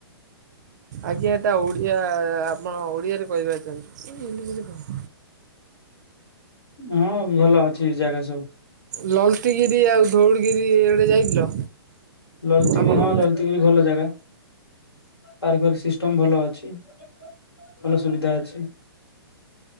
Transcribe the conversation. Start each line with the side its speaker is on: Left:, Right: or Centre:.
Right: ଆଜ୍ଞା ଏଟା ଓଡିଆ ଆପଣ ଓଡିଆରେ କହିପାରିଥାନ୍ତେ ଇଂଲିଶରେ କହ
Left: ହଁ ଭଲ ଅଛି ଜାଗା ସବୁ।
Right: ଲଳିତିଗିରି ଆଉ ଧଉଳଗିରି ଏ ଆଡେ ଯାଇଥିଲ?
Left: ଲଲତିଗି
Right: ଆପଣ?
Left: ହଁ ଲଲତିଗିରି ଭଲ ଜାଗା। ପାର୍କ ଫର୍କ୍ ସିଷ୍ଟମ ଭଲ ଅଛି ଭଲ ସୁବିଧା ଅଛି।